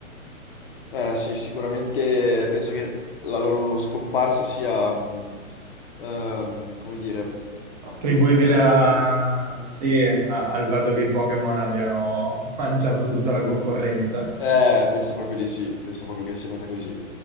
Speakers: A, on the left; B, on the right.
A: Eh sì, sicuramente penso che la loro scomparsa sia, mh, ehm, come dire,
B: Attribuibile
A: eh,
B: a-
A: dovu-
B: sì, a- al fatto che i Pokémon abbiano <laughs> mangiato tutta la concorrenza?
A: Eh, penso proprio di sì, penso proprio che sia nata così.